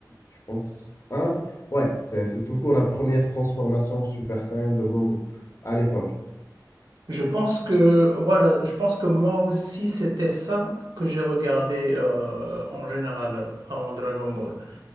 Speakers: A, on the left; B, on the right.
A: je pense, un Ouais, c'est c'est tout court la première transformation en Super Saiyan de Gogo à l'époque.
B: Je pense que, voilà, je pense que moi aussi, c'était ça que j'ai regardé euh, en général euh, en Dragon Ball.